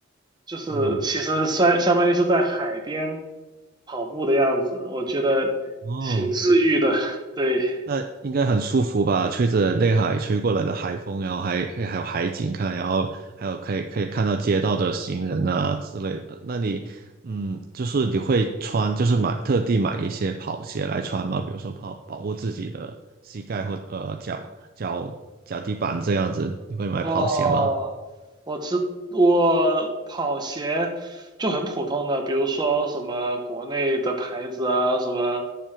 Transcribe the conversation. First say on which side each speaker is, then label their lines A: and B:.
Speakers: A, on the right; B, on the right.
A: 就是其实算相当于是在海边
B: 嗯，
A: 跑步的样子，我觉得挺治愈的。
B: 哦，
A: <laughs> 对，
B: 那应该很舒服吧？吹着内海吹过来的海风，然后还还还有海景看，然后还有可以可以看到街道的行人啊之类的。那你嗯，就是你会穿，就是买特地买一些跑鞋来穿吗？比如说跑保护自己的膝盖或呃脚脚脚底板这样子，你会买跑鞋吗？
A: 哦，我知我跑鞋就很普通的，比如说什么国内的牌子啊，什么